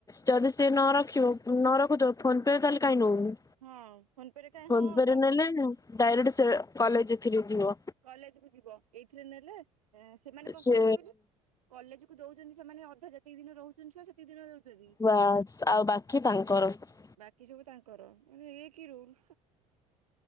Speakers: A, on the left; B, on the right.
A: ଯଦି ସି ନ ରଖିବ ନ ରଖୁଥିବ ଫୋନ୍ ପେ ରେ ତାହେଲେ କାହିଁ ନଉନି?
B: ହଁ ଫୋନ ପେ ରେ କାଇଁ ହଁ
A: ଫୋନ୍ ପେ
B: ତ
A: ରେ ନେଲେ ଡାଇରେକ୍ଟ ସେ କଲେଜ ଏଥିରେ ଯିବ।
B: କଲେଜ କୁ ଜିବ ଏଇଥିରେ ନେଲେ ସେମାନେ କଣ
A: ସେ
B: କହୁଛନ୍ତି କହିଲୁ? କଲେଜ କୁ ଦଉଛନ୍ତି ସେମାନେ ଅଧା ଯେତିକି ଦିନି ରହୁଛନ୍ତି ଛୁଆ ସେତିକି ଦିନ ଦଉଛନ୍ତି
A: ବାସ୍ ଆଉ ବାକି ତାଙ୍କର ସବୁ।
B: ବାକି ସବୁ ତାଙ୍କର ମାନେ ଇଏ କି ରୁଲ୍।